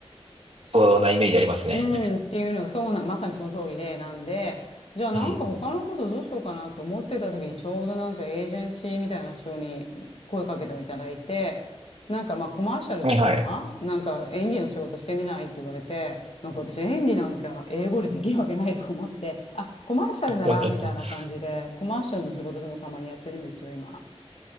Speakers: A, on the right; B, on the left.
A: そんなイメージありますね。
B: うん、っていうのが、そうなまさにその通りで、なんで、じゃあなんか他のことどうしようかなと思ってた時に、
A: <laughs> うん。
B: ちょうどなんかエージェンシーみたいな人に声かけてもいただいて、なんかまあコマーシャルとか、
A: はいはい。
B: なんか演技の仕事してみないって言われて、なんか私演技なんか英語でできるわけないとか思って、あ、コマーシャルならみたいな感じで、
A: <laughs>
B: コマーシャルの仕事とかたまにやってるんですよ、今。